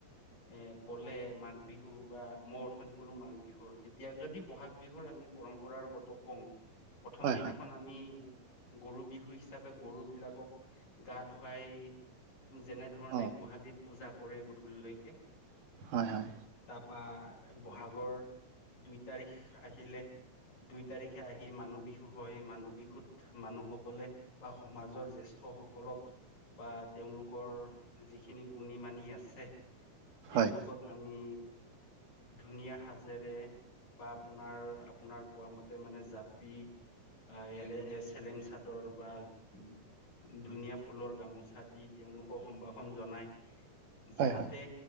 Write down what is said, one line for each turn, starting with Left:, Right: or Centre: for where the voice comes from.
Left: এ ক'লে মাঘ, বিহু বা মই অথনি কলো মাঘ বিহুৰ এতিয়া যদি বহাগ, বি বিহুৰ আমি পৰম্পৰাৰগত কওঁ প্ৰথম
Right: হয়
Left: দিনাখন
Right: হয়
Left: আমি গৰু, বিহু হিচাপে গৰু বিলাকক গা ধু ৱাই যেনে ধৰণে
Right: অ'
Left: গোহালিত পূজা কৰে গধূলিলৈকে
Right: হয় হয়
Left: তাৰপা বহাগৰ দুই তাৰিখ আহিলে দুই তাৰিখে আহি মানুহ বিহু হয় মানুহ বিহুত মানুহসকলে বা সমাজৰ জেষ্ঠ সকলক বা তেওঁলোকৰ যিখিনি গুণী মানি আছে তেওঁলোকক
Right: হয় হয়
Left: আমি ধুনীয়া সাজেৰে বা আপোনাৰ, আপোনাৰ কোৱা মতে মানে জাপি আ'এলে যে চেলেং চাদৰ বা- ধুনীয়া ফুলৰ গামোচা, দি তেওঁলোকক সম্ভাষণ জনায় যাহাতে
Right: হয় হয়